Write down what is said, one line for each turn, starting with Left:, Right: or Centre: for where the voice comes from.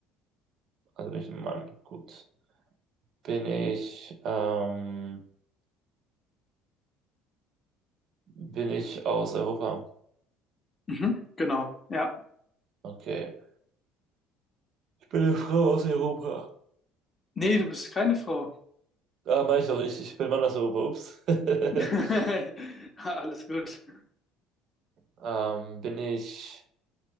Right: Also bin ich ein Mann. Gut. Bin ich, ähm, bin ich aus Europa?
Left: mhm, genau. Ja,
Right: Okay. Ich bin eine Frau aus Europa.
Left: nee, du bist keine Frau.
Right: Ah, meine ich doch, ich, ich bin Mann aus Europa. Ups. <laughs>
Left: <laughs> Alles gut.
Right: Ähm, bin ich,